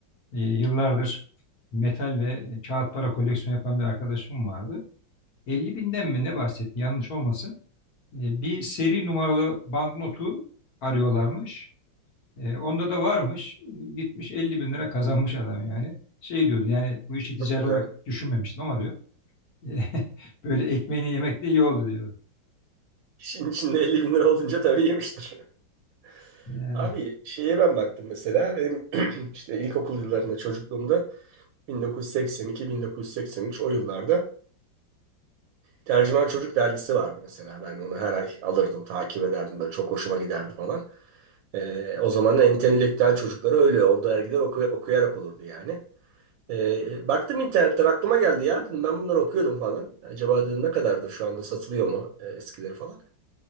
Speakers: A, on the left (about 55°); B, on the right (about 80°).
A: e, yıllardır metal ve kağıt para koleksiyonu yapan bir arkadaşım vardı. 50 binden mi ne bahsetti yanlış olmasın? E, bir seri numaralı banknotu arıyorlarmış. E, onda da varmış. E, Gitmiş 50 bin lira kazanmış adam yani. Şey diyordu yani bu işi ticari
B: çok güzel.
A: olarak düşünmemiştim ama diyor. <laughs> "e, böyle ekmeğini yemek de iyi oldu diyor.
B: İşin içinde 50 bin lira olunca tabii yemiştir. <laughs>
A: Yani,
B: Abi şeye ben baktım mesela benim <clears throat> işte ilkokul yıllarında çocukluğumda 1982-1983 o yıllarda Tercüman Çocuk dergisi vardı mesela. Ben onu her ay alırdım, takip ederdim. Böyle çok hoşuma giderdi falan. Ee, o zamanın entelektüel çocukları öyle. O dergiler oku- okuyarak olurdu yani. Ee, baktım internetten aklıma geldi ya dedim ben bunları okuyordum falan. Acaba dedim ne kadardır şu anda satılıyor mu e, eskileri falan.